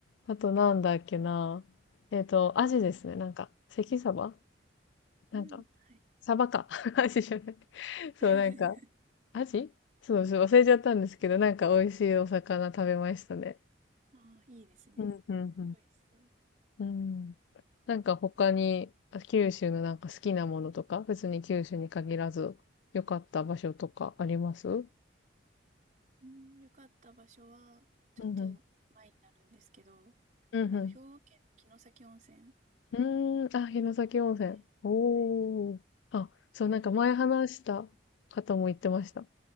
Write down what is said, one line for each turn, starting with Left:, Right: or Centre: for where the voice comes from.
Left: あとなんだっけな、えっと、アジですね、なんか、関サバなんか、
Right: うん。はい。
Left: サバか。<laughs> アジじゃない。<laughs> そう、
Right: <laughs>
Left: なんか、アジそうそう、忘れちゃったんですけど、なんか美味しいお魚食べましたね。
Right: ああ、いいですね。
Left: うん、うん、
Right: 美味しそう。
Left: うん。うんなんか他に、あ九州のなんか好きなものとか、別に九州に限らず、良かった場所とかありますうん
Right: うん、よかった場所は、ちょっと前になるんですけど、
Left: うん。うんう
Right: あの、兵庫県の城崎温泉
Left: ん。うーん、あ、城崎温泉。
Right: に行って、
Left: おー。
Right: はい。
Left: あ、そう、
Right: カニが、
Left: なんか前話した方も言ってました。
Right: あ